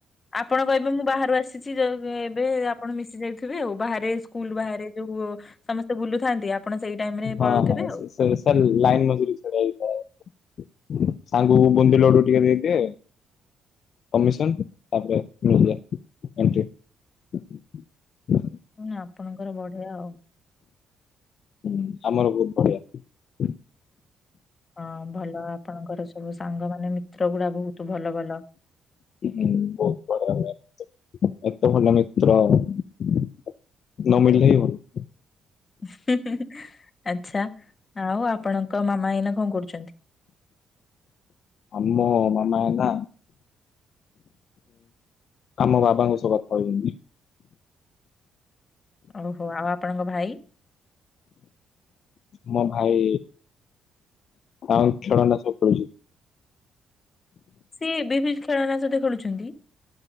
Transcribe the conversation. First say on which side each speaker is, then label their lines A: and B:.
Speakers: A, on the left (about 30°); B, on the left (about 60°).
A: ଆପଣ କହିବେ ମୁଁ ବାହାରୁ ଆସିଛିଉ ଏବେ ଆପଣ ମିଶି ଯାଇ ଆଉ ବାହାରେ ସ୍କୁଲ ବାହାରେ ଯଉ ସମସ୍ତେ ବୁଲୁଥାନ୍ତି। ଆପଣ ସେଇ ଟାଇମ ରେ
B: ହଁ
A: ପଳଉଥିବେ
B: ହଁ
A: ଆଉ
B: ସେଲ୍ ସାଲ ଲାଇନ ମଜୁର ଛଡେଇ ଥାଏ। ସାଙ୍ଗକୁ ବୁନ୍ଦି ଲଡୁ ଟିକେ ଦେଇଦିଏ କମିଶନ ତା ପରେ <unintelligible> <unintelligible>
A: ନା ଆପଣଙ୍କର ବଢିଆ ଆଉ।
B: ହୁଁ ଆମର ବହୁତ ବଢିଆ।
A: ହଁ ଭଲ ଆପଣଙ୍କର ସବୁ ସାଙ୍ଗ ମାନେ ମିତ୍ର ଗୁଡା ବହୁତ ଭଲ ଭଲ।
B: ହୁଁ ବହୁତ ବଢିଆ ହୁଏ। ଏତେ ଭଲ ମିତ୍ର ନ ମିଳିଲେ ହିଁ ଭଲ।
A: ଉଁ ହୁଁ ହୁଁ ଆଚ୍ଛା ଆଉ ଆପଣଙ୍କ ମାମା ଏଇନା କଣ କରୁଛନ୍ତି।
B: ଆମ ମାମା ଏଇନା ଆମ ବାବାଙ୍କ ସହ କଥା ହେଉଛନ୍ତି।
A: ଓହୋ ଆଉ ଆପଣଙ୍କ ଭାଇ।
B: ମୋ ଭାଇ ତା ଖେଳନା ସହ ସବୁ ଖେଳୁଛି।
A: ସିଏ ଏବେବି ଖେଳନା ସହିତ ଖେଳୁଛନ୍ତି।